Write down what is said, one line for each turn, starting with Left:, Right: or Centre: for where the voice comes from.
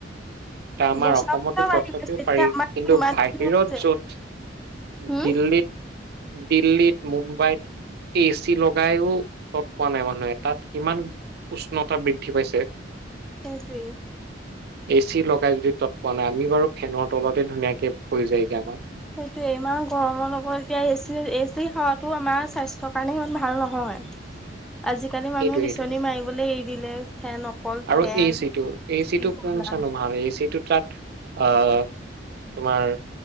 Right: এয়া আমাৰ
Centre: বছৰ
Right: অসমতো
Centre: বছৰ বাঢ়ি
Right: তথাপিও
Centre: গৈছে এতিয়া
Right: পাৰি
Centre: আমাৰ
Right: কিন্তু
Centre: ইমানখিনি
Right: বাহিৰত
Centre: হৈছে
Right: য'ত
Centre: হম
Right: দিল্লীত দিল্লীত, মুম্বাইত এ চি লগাইও তৎ পোৱা নাই মানুহে, তাত কিমান উষ্ণতা বৃদ্ধি পাই ছে।
Centre: সেইটোৱে।
Right: এ চি লগাই যদি তৎ পোৱা নাই আমি বাৰু ফেনৰ তলতে ধুনীয়াকে হৈ যায়গে আমাৰ।
Centre: সেইটো এমান গৰমৰ লগত এতিয়া এচি এচি হাৱাতো আমাৰ স্বাস্থ্যৰ কাৰণে ইমান ভাল নহ য়, আজিকালি
Right: সেইটোৱে
Centre: মানুহে বিচনী
Right: সেইটোৱে
Centre: মাৰিবলে এৰি দিলে। ফেন অকল
Right: আৰু
Centre: ফেন
Right: এচিটো
Centre: এচি
Right: এচিটো
Centre: ক'লা
Right: কোন চানো ভাল এচিটো তাত আহ তোমাৰ